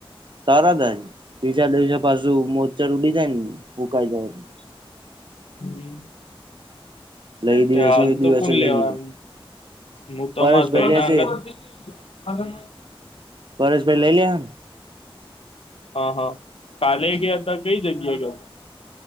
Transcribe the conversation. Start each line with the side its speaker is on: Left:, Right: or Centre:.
Right: તરત જ. બીજા દિવસે પાછું મોચ્ચર ઉડી જાય ને હૂંકાઈ જાય એટલે.
Left: હમ્મ. અત્યાર
Right: એ દિવસે
Left: હાલ
Right: એ દિવસે
Left: તો કોણ
Right: લઈ
Left: લેવાન?
Right: લીએ
Left: મુ તો
Right: પરેશભાઈ
Left: માર ભાઈના
Right: લે છે
Left: હંગત
Right: પરેશ ભઈ લઈ લેવાં ના.
Left: અ હ કાલે ગયાતા, કઈ જગ્યાએ ગ્યાતા?